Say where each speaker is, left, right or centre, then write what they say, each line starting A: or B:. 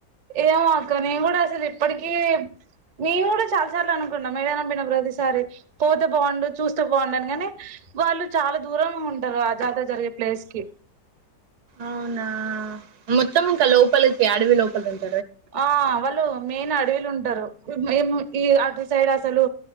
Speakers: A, on the right; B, on the right.
A: ఏమో అక్క నేము కూడా అసలు ఇప్పటికీ మేము కూడా చాలా సార్లు అనుకుంటున్నాం, మేడనం పిన ప్రతిసారి. పోతే బాగుండు, చూస్తే బాండు అని, కాని వాళ్ళు చాలా దూరం ఉంటారు ఆ జాతర జరిగే ప్లేస్ కి.
B: అవునా మొత్తం ఇంకా లోపలికి అడవి లో <unintelligible>
A: ఆ వాళ్ళు మెయిన్ అడవిలు ఉంటారు మేము ఈ అటు సైడ్ అసలు